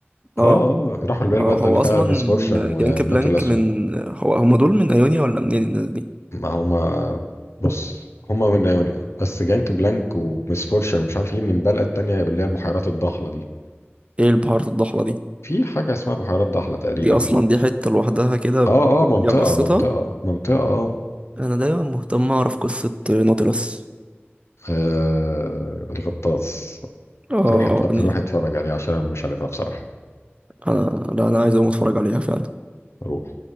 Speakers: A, on the right; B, on the left.
A: اه
B: اه اه راحوا اللي هي
A: اه
B: البلده
A: هو
B: اللي فيها
A: اصلا
B: ميس فورشن والناتو
A: جانك بلانك
B: الاسود
A: من هو هما دول من ايونيا ولا منين الناس دي
B: ما هما بص هما من ايونيا بس جانك بلانك وميس فورشن ومش عارف ايه من بلد تانية اللي هي البحيرات الضحله دي
A: ايه البهارات الضحلة دي
B: في حاجه اسمها بحيرات ضحله تقريبا
A: دي اصلا دي حتة لوحدها كده ب-
B: اه اه منطقة
A: ليها قصتها
B: منطقة منطقة
A: انا دايما مهتم اعرف قصة نوتيلاس
B: آه الغطاس
A: اه آه،
B: روح اتف-
A: يعني
B: روح اتفرج عليه عشان انا مش عارفها بصراحة
A: انا لا انا عايز اقوم اتفرج عليها فعلا
B: روح